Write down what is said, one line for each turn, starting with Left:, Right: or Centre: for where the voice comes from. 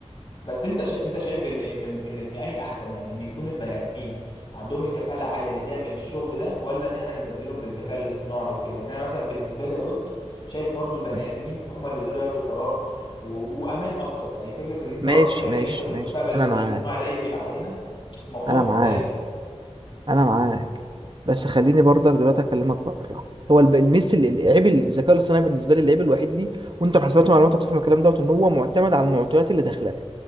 Left: بس أنت ش... أنت شايف إن إن إن أني أحسن يعني إن يكون البني آدمين عندهم الكفاءة العالية اللي تعمل الشغل ده ولا إن إحنا نبدلهم بالذكاء الاصطناعي وكده يعني أنا مثلا بالنسبة لي يا ضد شايف برضو البني
Right: مم.
Left: آدمين هم اللي يقدروا ياخدوا قرار و... وأمان أكتر يعني فكرة إن أنت
Right: ماشي
Left: برضو خايف
Right: ماشي
Left: إن أنت في المستقبل
Right: ماشي انا
Left: الذكاء
Right: معاك
Left: الاصطناعي ده يقلب علينا موضوع
Right: انا
Left: مختلف
Right: معاك انا معاك بس خليني برضك دلوقتي اكلمك بره هو الب- الميس اللي العيب اللي الذكاء الاصطناعي بالنسبه لي العيب الوحيد ليه وانت في حسابات المعلومات وتفهم الكلام دوت ان هو معتمد على المعطيات اللي داخله له.